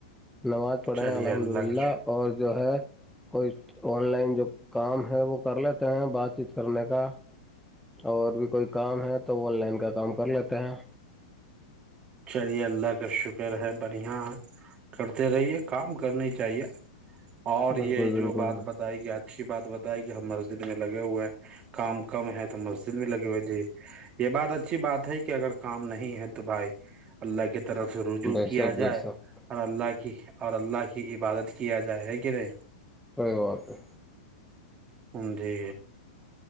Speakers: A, in the centre; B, on the right.
A: نماز پڑھے
B: چلیے
A: ہیں الحمد
B: اللہ
A: للہ
B: کا شکر
A: اور جو ہے کوئی آن لائن جو کام ہے وہ کر لیتے ہیں بات چیت کرنے کا اور بھی کوئی کام ہے تو آن لائن کا کام کر لیتے ہیں
B: چلیے اللہ کا شکر ہے بڑھیا ہے کرتے رہیے کام کرنی چاہیے اور
A: بالکل
B: یہ
A: بالکل
B: جو بات بتائے گی آج اچھی بات بتائے کہ ہم مسجد میں لگے ہوئے ہیں کام کم ہے تو مسجد میں لگے ہوئے تھی یہ بات اچھی بات ہے کہ اگر کام نہیں ہے تو بھائی اللہ کے طرف سے رجوع
A: بے
B: کیا
A: شک بے
B: جائے
A: شک
B: اور اللہ کے اور اللہ کی عبادت کیا جائے ہے کہ نہیں
A: صی بات ہے
B: ان جی